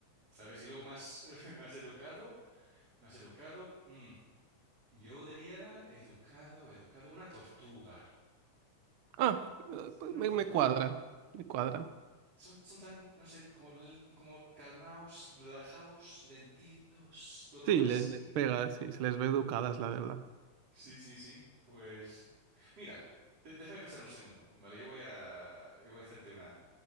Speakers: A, on the right; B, on the right.
A: ¿sabes? Y luego más, <laughs> más educado, más educado. mm. Yo diría educado, educado, una tortuga,
B: Ah, eh, pues
A: una
B: me,
A: tortuga.
B: me cuadra, me cuadra.
A: Son, son tan, no sé, como, l- como calmaos, relajaos, lentitos, todo
B: Sí,
A: así.
B: les, les pega, sí, se les ve educadas, la verdad.
A: Sí, sí, sí. Pues, mira, de- déjame pensar un segundo, ¿vale? Yo voy a, yo voy a hacerte una,